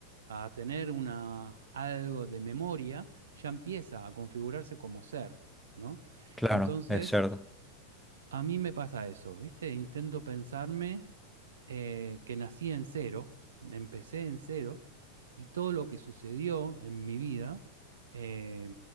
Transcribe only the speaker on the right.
a tener una, algo de memoria, ya empieza a configurarse como ser, ¿no?
Entonces,
a mí me pasa eso, ¿viste? Intento pensarme eh, que nací en cero, empecé en cero, y todo lo que sucedió en mi vida eh,